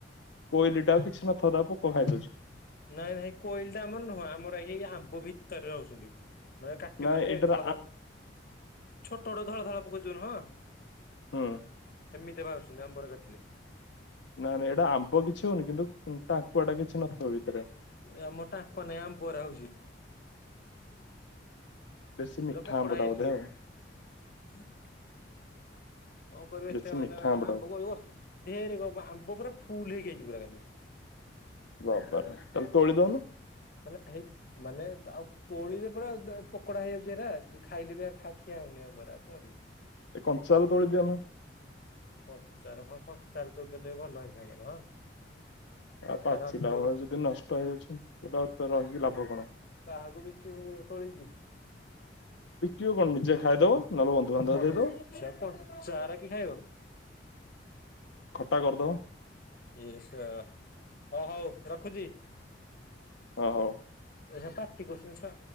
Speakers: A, on the left; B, on the left.
A: କୋଇଲି ଟା ଆଉ କିଛି ନଥବ ତାକୁ ପୋକ ଖାଇଦଉଚି।
B: ନାଇଁ ନାଇ କୋଇଲ ଟା ଆମର ନୁହେଁ ଆମର ଏଇ ଆମ୍ବ ଭିତରେ ରହୁଚନ୍ତି। ମାନେ କାଟିବନେ
A: ନା ଏଇଟାର
B: ଧଳା ଧଳା ଛୋଟ ବଟୁ ଧଳା ଧଳା ପକେ ଯୋଉ ନୁହଁ।
A: ହଁ।
B: ଏମିତି ବାହାରୁଚନ୍ତି ଆମ୍ବର କାଟିଲେ।
A: ନାଇଁ ନାଇ ଏଇଟା ଆମ୍ବ କିଛି ହଉନି କିନ୍ତୁ ଟାକୁଆ ଟା କିଛି ନଥିବ ଭିତରେ।
B: ଏ ଆମୋ ଟାଙ୍କ ନାହିଁ ଆମ୍ବ ଗୁରା ହଉଛି।
A: ବେଶୀ ମିଠା
B: ପୁରା ପୋକଡ଼ା
A: ଆମ୍ବଟା
B: ହେଇଯାଉଛି
A: ବୋଧେ
B: କେମିତି।
A: ଆଉ
B: କଣ କରିବ ଏତେ
A: ବେଶୀ
B: ମାନେ
A: ମିଠା ଆମ୍ବଟା
B: ଆମ୍ବ
A: ବୋଧେ।
B: କଇ ଢେର ଆମ୍ବ ପୁରା ଫୁଲ ହେଇକି ଆଇଛି ପୁରା କାନି।
A: ବାବାରେ, ତାକୁ ତୋଳି ଦେଉନୁ।
B: ମାନେ ହେଇକି ମାନେ ଆଉ ତୋଳିଲେ ପୁରା ଦ ପୋକଡା ହେଇଯାଉଛି ହେରା ଖାଇଲେ ବି ଖା ଖିଆ ହଉନି ଆମ୍ବ ଗୁରା ଆଉ କଣ କରିବୁ।
A: ଏ କଞ୍ଚା ରୁ ତୋଳିଦିଅ ନହଲେ।
B: କଞ୍ଚାରେ ହଁ କଞ୍ଚାରୁ ତୋଳି ଦେଲେ ଭଲ ହେଇଥାନ୍ତା ନୁହଁ।
A: ଆଉ ପାଚିଲା
B: କାହାକୁ
A: ବେଳେ ଯଦି ନଷ୍ଟ ହେଇଯାଉଛି <unintelligible> ରହିକି ଲାଭ କଣ?
B: ବାହାକୁ ବିକିବୁ ତୋଳିିକି?
A: ବିକିବ କଣ ନିଜେ ଖାଇଦବ ନହେଲେ ବନ୍ଧୁବାନ୍ଧବ
B: ପଚ଼
A: ଦେଇଦବ
B: ପଚା ଆରା କିଏ ଖାଇବ?
A: ଖଟା କରିଦବ।
B: ଏ ସା ହ ହଉ ରଖୁଛି।
A: ଓ ହୋ।
B: ଏଇ ପାର୍ଟି କରୁଛନ୍ତି ଛୁଆ।